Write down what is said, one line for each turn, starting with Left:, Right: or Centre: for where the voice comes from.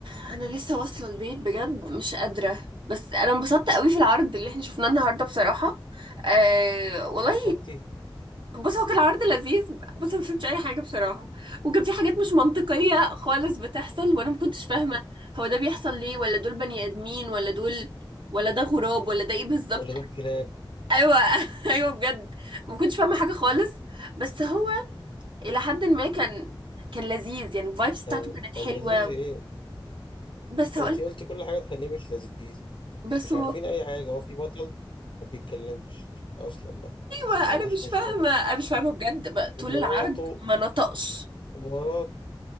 Right: انا لسه واصله البيت بجد مش قادره بس انا انبسطت قوي في العرض اللي احنا شفناه النهارده بصراحه أه والله
Left: قصادتي
Right: بص هو كان عرض لذيذ بص أنا ما فهمتش اي حاجه بصراحه وكان في حاجات مش منطقيه خالص بتحصل وانا ما كنتش فاهمه هو ده بيحصل ليه ولا دول بني ادمين ولا دول ولا ده غراب ولا ده ايه بالظبط
Left: ولا دول كلاب
Right: ايوه <laughs> ايوه بجد ما كنتش فاهمه حاجه خالص بس هو الى حد ما كان كان لذيذ يعني الفايبس
Left: كان
Right: بتاعته كانت
Left: كان
Right: حلوه
Left: لذيذ ايه
Right: بس هقول
Left: انت قلتي كل حاجه تخليه مش لذيذ
Right: بس
Left: مش عارفين اي حاجه هو في بطل ما بيتكلمش اصلا بقى
Right: ما انا
Left: ما عنديش
Right: مش
Left: مشكله
Right: فاهمه انا مش فاهمه بجد ما طول
Left: ومراته
Right: العرض ما نطقش
Left: مراته